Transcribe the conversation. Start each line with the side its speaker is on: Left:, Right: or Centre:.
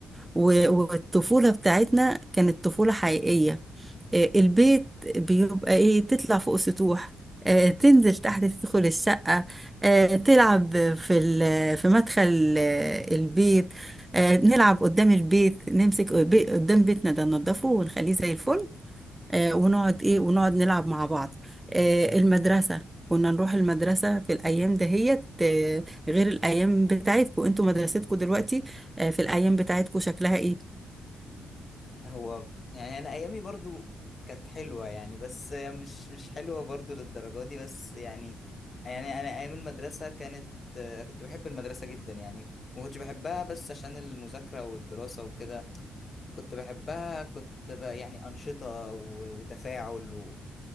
Right: و- والطفولة بتاعتنا كانت طفولة حقيقية آه، البيت بيبقى ايه تطلع فوق سطوح آه، تنزل تحت تدخل الشقة آه، تلعب في ال- في مدخل آه، البيت آه، نلعب قدام البيت نمسك بي- قدام بيتنا ده ننضفه ونخليه زي الفل آه، ونقعد ايه ونقعد نلعب مع بعض آه، المدرسة كنا نروح المدرسة في الأيام دهيت آه، غير الأيام بتاعتكم انتوا مدرستكم دلوقتي آه، في الأيام بتاعتكم شكلها ايه
Left: هو يعني انا ايامي برضو كانت حلوه يعني بس مش مش حلوه برضو للدرجه دي بس يعني يعني انا ايام المدرسه كانت آه، كنت بحب المدرسه جدا يعني ما كنتش بحبها بس عشان المذاكره والدراسه وكده كنت بحبها كنت بقى يعني انشطه و- وتفاعل و-